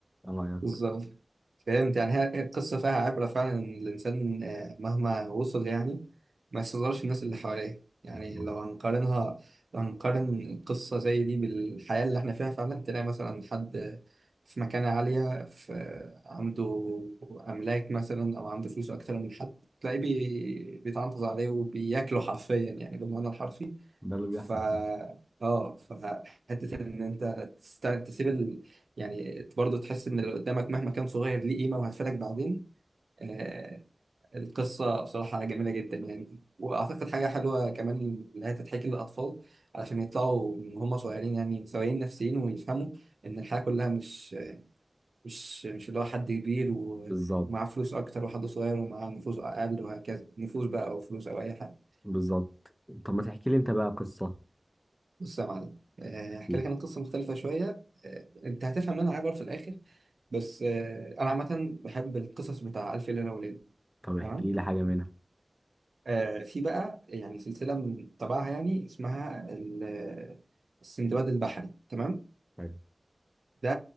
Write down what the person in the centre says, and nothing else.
ايه رايك
بالظبط
ده اللي بيحصل
فيه
بالظبط
بالظبط طب ما تحكي لي انت بقى قصه
احكي
لي
طب احكي
لي حاجه منها
طيب.